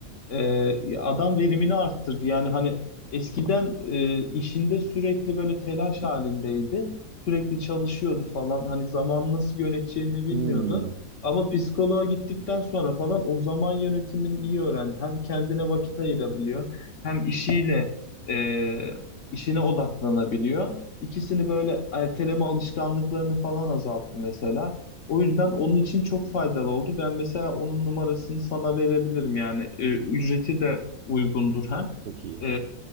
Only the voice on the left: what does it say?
Ee, adam verimini arttırdı. Yani hani eskiden e, işinde sürekli böyle telaş halindeydi. Sürekli çalışıyordu falan. Hani zaman nasıl yöneteceğini bilmiyordu.
Ama psikoloğa gittikten sonra falan o zaman yönetimini iyi öğrendi. Hem kendine vakit ayırabiliyor, hem işiyle e, işine odaklanabiliyor. İkisini böyle erteleme alışkanlıklarını falan azalttı mesela. O yüzden onun için çok faydalı oldu. Ben mesela onun numarasını sana verebilirim yani. E, ücreti de uygundur hem.
E,